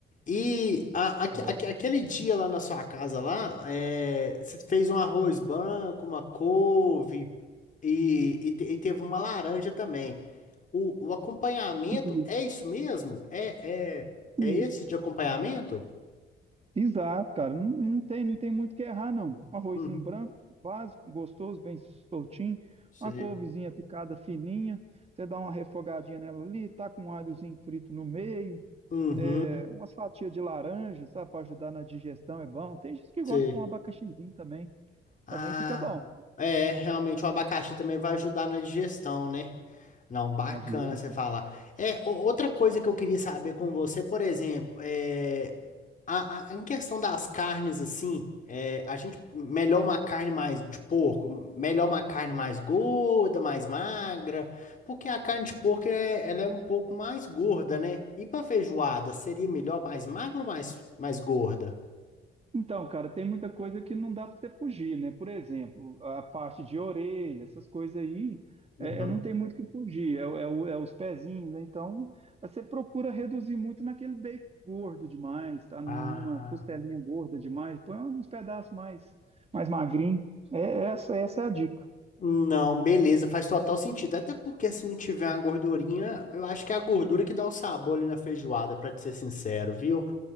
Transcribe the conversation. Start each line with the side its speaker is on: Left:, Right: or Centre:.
Left: E a- aque-
Right: É.
Left: aque- aquele dia lá na sua casa lá, é, você fez um arroz branco, uma couve e, e, te- e teve uma laranja também. O, o acompanhamento
Right: Isso,
Left: é isso mesmo? É, é, é
Right: e-
Left: esse de acompanhamento?
Right: Exato, cara. Não, não tem, não tem muito o que errar, não. Um arrozinho
Left: Uhum,
Right: branco, básico, gostoso, bem soltinho.
Left: sei.
Right: Uma couvezinha picada fininha. Você dá uma refogadinha nela ali, tá com um alhozinho frito no meio
Left: Uhum,
Right: é, umas fatias de laranja, sabe, para ajudar na digestão é bom. Tem gente que
Left: sei.
Right: gosta de pôr um abacaxizinho também,
Left: Ah,
Right: também fica bom.
Left: é, realmente o abacaxi também vai ajudar na digestão, né? Não, bacana
Right: Ajuda.
Left: você falar. É, o- outra coisa que eu queria saber com você, por exemplo, é, a, a- em questão das carnes, assim, é, a gente melhor uma carne mais de porco, melhor uma carne mais gorda, mais magra, porque a carne de porco é, ela é um pouco mais gorda, né? E pra feijoada, seria melhor mais magra ou mais, mais gorda?
Right: Então, cara, tem muita coisa que não dá para você fugir, né? Por exemplo, a parte de orelha, essas coisas aí,
Left: Uhum.
Right: é, é, não tem muito o que fugir, é, o- é o- é os pezinhos, né? Então, você procura reduzir muito naquele bacon gordo demais, tá?
Left: Ah.
Right: Numa costelinha gorda demais, põe uns pedaços mais, mais magrinho. É, essa, essa é a dica.
Left: Não, beleza, faz total sentido. Até porque se não tiver uma gordurinha, eu acho que é a gordura que dá o sabor ali na feijoada, pra te ser sincero, viu?